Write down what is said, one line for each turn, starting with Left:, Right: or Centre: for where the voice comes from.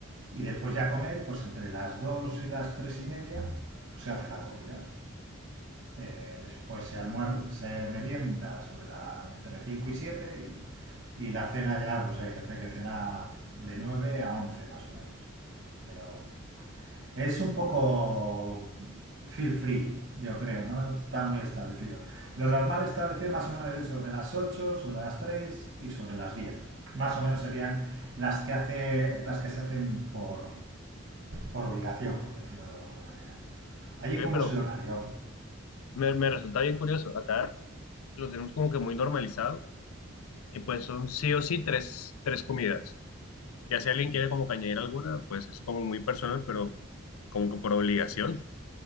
Right: Y después ya comer, pues entre las 2 y las 3 y media pues, se hace la comida. Eh, después se, almuer- se merienda sobre la, entre 5 y 7 y y la cena ya, pues hay gente que cena de 9 a 11 más o menos. Pero Es un poco feel free, yo creo, ¿no? Está muy establecido. Lo
Left: Sí.
Right: normal establecido más o menos es sobre las ocho sobre las 3 y sobre las diez Más o menos serían las que, hace, las que se hacen por, por obligación, por decirlo de alguna manera. Allí
Left: Oye,
Right: como
Left: pero
Right: es el horario.
Left: me, me resulta bien curioso. Acá lo tenemos como que muy normalizado y pues son sí o sí tres, tres comidas. Ya si alguien quiere como que añadir alguna, pues es como muy personal, pero como que por obligación.